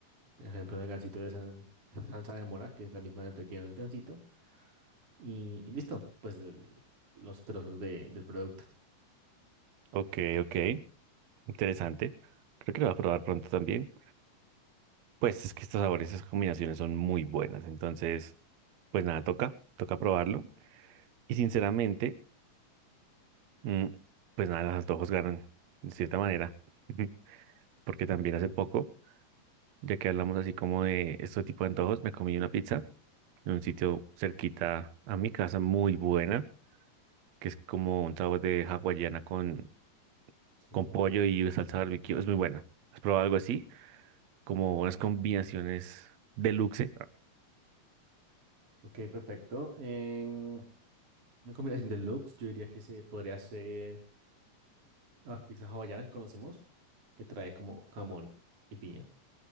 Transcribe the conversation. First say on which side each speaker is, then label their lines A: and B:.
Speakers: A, on the right; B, on the right.
A: Por ejemplo, en el gansito le echan salsa de mora, que es la misma del relleno del gansito. Y, y listo, pues el- los trozos de- del producto.
B: ok, ok, interesante. Creo que lo voy a probar pronto también. Pues es que estos sabores, esas combinaciones son muy buenas. Entonces, pues nada, toca, toca probarlo. Y sinceramente, mm, pues nada, los antojos ganan, de cierta manera. <laughs> Porque también hace poco, ya que hablamos así como de este tipo de antojos, me comí una pizza en un sitio cerquita a mi casa, muy buena. que es como un sabor de hawaiana con,
A: Sí.
B: con pollo y salsa barbecue. Es muy buena. ¿Has probado algo así? Como unas combinaciones deluxe.
A: Ok, perfecto. Em, una combinación de looks, yo diría que se podría hacer la pizza hawaiana que conocemos, que trae como jamón y piña.